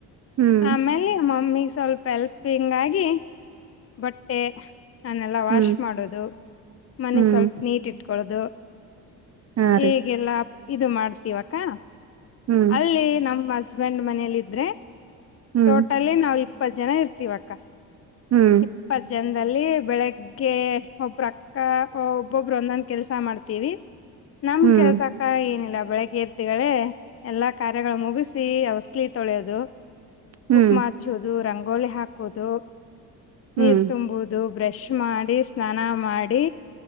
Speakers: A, on the right; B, on the left.
A: ಹ್ಮ್
B: ಅಮೇಲೆ ಮಮ್ಮಿ ಸ್ವಲ್ಪ ಹೆಲ್ಪಿಂಗ್ ಆಗಿ ಪಿಹ್ಹ್ ಬಟ್ಟೆ ಅವನ್ ಎಲ್ಲಾ ವಾಶ್
A: ಹ್ಮ್
B: ಮಾಡುದು.... ಮನಿ
A: ಹ್ಮ್
B: ಸ್ವಲ್ಪ ನಿಟ್ ಇಟ್ಕೋ ಅಲ್ದ
A: ಹಾ ರೀ
B: ಈಗೆಲ್ಲ. ಇದ ಮಾಡ್ತಿವ ಅಕ್ಕಾ.
A: ಹ್ಮ್
B: ಅಲ್ಲೆ ನಮ್ಮ ಹಸ್ ಹಶ್ಬೆಂಡ್ ಮನೇಲಿ ಇದ್ರೆ
A: ಹ್ಮ್
B: ಟೋಟಲಿ ನಾವ್ ಇಪ್ ಇಪ್ಪತ್ ಜನ ಇರ್ತಿವಕ್ಕಾ.
A: ಹ್ಮ್
B: ಇಪ್ಪತ್ ಜನ್ ಅಲ್ಲಿ ಬೆಳ್ಳಿಗೆ ಅಬ್ರ ಅಕ್ಕಾ ಒಬ್ರಬ್ಬ್ ಒಂದ್ ಒಂದ ಕೆಲಸ ಮಾಡ್ತೀವಿ ನನ್ನ
A: ಹ್ಮ್
B: ಕೆಲಸ ಅಕ್ಕಾ ಏನಿಲ್ಲ ಬೆಳಿಗ್ಗೆ ಎದ್ಗುಳೆ ಎಲ್ಲಾ ಕಾರ್ಯಗಳ ಮುಗಿಸಿ ಹೊಸಲಿ ತೊಳಿಯೋದು
A: ಹ್ಮ್
B: ಕುಕಮಾ ಹಚೋದು ರಂಗ್ ಗೋಲಿ ಹಾಕೋದು ನೀರ್
A: ಹ್ಮ್
B: ತುಂಬೋದು ಬ್ರಶ್ ಮಾಡಿ ಸ್ಥಾನ ಮಾಡಿ